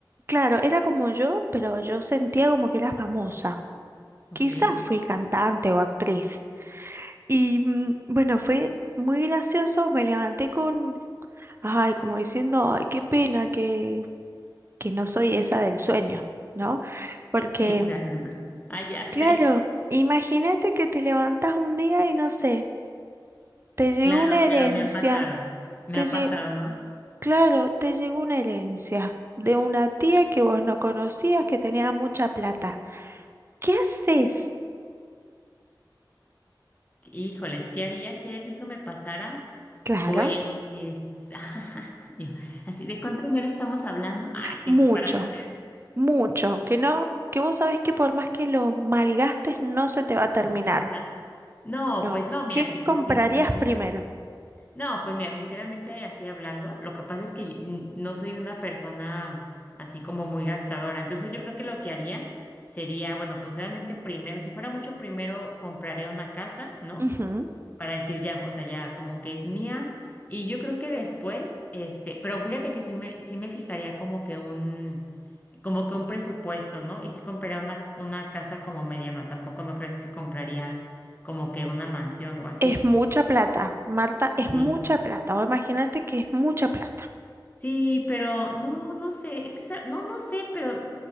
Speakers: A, on the right; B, on the left.
A: Claro, era como yo, pero yo sentía como que era famosa.
B: Ok.
A: Quizás fui cantante o actriz. Y mm, bueno, fue muy gracioso, me levanté con, ay, como diciendo, ay, qué pena que, que no soy esa del sueño, ¿no? Porque,
B: Sí, claro, ¿no? Ah, ya sé.
A: claro, imagínate que te levantas un día y no sé, te llegó
B: Claro,
A: una
B: claro,
A: herencia,
B: me ha pasado. Me
A: te
B: ha
A: lle-
B: pasado, ¿no?
A: claro, te llegó una herencia de una tía que vos no conocías, que tenía mucha plata. ¿Qué haces?
B: Híjoles, ¿qué haría? ¿Quieres si eso me pasara?
A: Claro,
B: Pues, <laughs> yo, así, ¿de cuánto dinero estamos hablando? Ay, sí,
A: mucho,
B: no, para saber,
A: mucho, que no, que vos sabés que por más que lo malgastes no se te va a terminar.
B: no se va a acabar. No,
A: No.
B: pues no, mira,
A: ¿Qué
B: sí,
A: comprarías
B: sí, sí, sinceramente.
A: primero?
B: No, pues mira, sinceramente, así hablando, lo que pasa es que yo, mm, no soy una persona así como muy gastadora. Entonces, yo creo que lo que haría sería, bueno, pues obviamente primero, si fuera mucho, primero compraría una casa, ¿no?
A: Ujú.
B: Para decir ya, o sea, ya como que es mía. Y yo creo que después, este, pero fíjate que sí me, sí me fijaría como que un como que un presupuesto, ¿no? Y sí compraría una, una casa como mediana, tampoco no crees que compraría como que una mansión o así.
A: Es mucha plata, Marta, es
B: Sí.
A: mucha plata. O imagínate que es mucha plata.
B: Sí, pero no, no sé, es que sa- no, no sé, pero